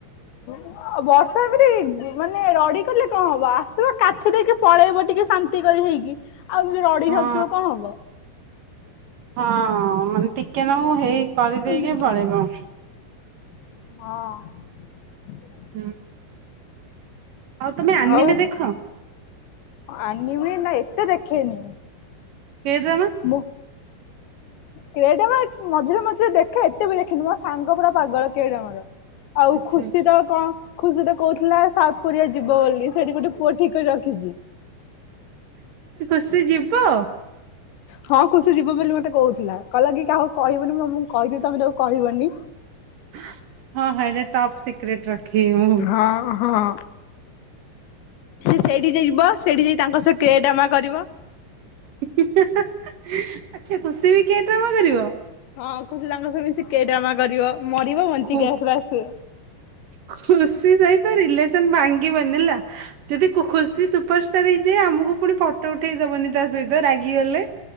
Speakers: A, on the left; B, on the right.
A: ଆଉ ବର୍ଷା ଏମତି ମାନେ ରଡି କଲେ କଣ ହବ ଆସିବ କାଛି ଦେଇକି ଟିକେ ପଳେଇବ ଟିକେ। ଶାନ୍ତି କରି ହେଇକି। ଆଉ ଏମିତି ରଡି
B: ହଁ
A: ଧରିଥିବ କଣ ହବ
B: ହଁ ମାନେ ଟିକେ ନାକୁ ହେଇ କରିଦେଇକି
A: ଦେଖ
B: ପଳେଇବ।
A: ହଁ।
B: ହୁଁ। ଆଉ ତମେ ଆନିମେ
A: ଆଉ
B: ଦେଖ?
A: ଆନିମେ ନା ଏତେ ଦେଖେନି।
B: <unintelligible>
A: ମୁଁ। କେ ଡମା ମଝିରେ ମଝିରେ ଦେଖେ ଏତେ ବି ଦେଖିନୁ ମୋ ସାଙ୍ଗ ପୁରା ପାଗଳ କେଡମାର। ଆଉ
B: ଆଚ୍ଛା
A: ଖୁସି
B: ଆଚ୍ଛା।
A: ତଳ କଣ? ଖୁସି ତ କହୁଥିଲା ସାଉଥ କୋରିଆ ଯିବ ବୋଲି ସେଇଠି ଗୋଟେ ପୁଅ ଠିକ ରଖିଛି।
B: ଖୁସି ଯିବ।
A: ହଁ ଖୁସି ଯିବ ବୋଲି ମତେ କହୁଥିଲା କହିଲ କି କାହାକୁ କହିବୁନି ମୁଁଁ କହିଦେଲି ତମେ ତାକୁ କହିବନି।
B: ହଁ ହଁ ହେୟାର ଟପ ସିକ୍ରେଟ ରଖିବି ମୁଁ।
A: ଓ ହଁ। ସେ ସେଇଠି ଯାଇିବ ସେଇଠି ଯାଇ ତାଙ୍କ ସହ କେ ଡାମା କରିବ।
B: ଆଚଛା ଖୁସି ବି କେ ଡ୍ରାମ କରିବ।
A: ହଁ ଖୁସିି ତାଙ୍କ ସହ ମିଶି କେଡାମା କରିବ ମରିବ ବଞ୍ଚିକି
B: ଖୁ
A: ଆସିଲେ ଆସିବ।
B: ଖୁସି ସହିତ ରିଲେସନ ଭାଙ୍ଗିବନି ହେଲା। ଯଦି ଖୁସି ସୁପରଷ୍ଟାର ହେଇଯାଏ ଆମକୁ ପୁଣି ଫଟୋ ଉଠେଇଦବନି ତା ସହିତ ରାଗିଗଲେ।